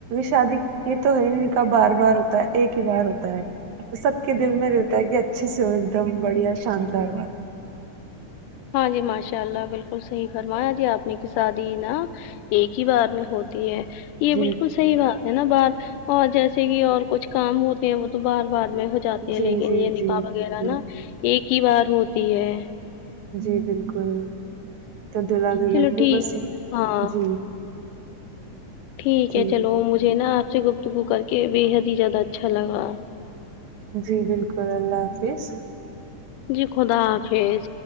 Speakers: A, on the right (about 70°); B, on the left (about 85°).
A: شادی یہ تو ہے کا بار بار ہوتا ہے ایک ہی بار ہوتا ہے تو سب کے دل میں رہتا ہے کہ اچھے سے ہو ایک دم بڑھیا شاندار
B: ہاں جی ماشاء اللہ بالکل صحیح فرمایا جی آپ نے کی شادی نا ایک ہی بار میں ہوتی ہے یہ
A: جی
B: بالکل صحیی بات ہے نا بار اور جیسے کہ اور کچھ کام ہوتے ہیں وہ تو بار بار میں ہو چاہتے ہیں
A: جی
B: لیکن
A: جی
B: یہ
A: جی
B: نکاح وغیرہ
A: جی
B: نا ایک ہی بار ہوتی ہے
A: جی بالکل تو دلہا دلہن
B: چلو
A: بھی
B: ٹھیک
A: بسی ہی
B: ہاں
A: جی <inaudible>
B: ٹھیک
A: جی
B: ہے چلو مجھے نا آپ سے گفتگو کر کے بے حد ہی زیادہ اچھا لگا
A: جی بالکل اللہ حافظ
B: جی خدا حافظ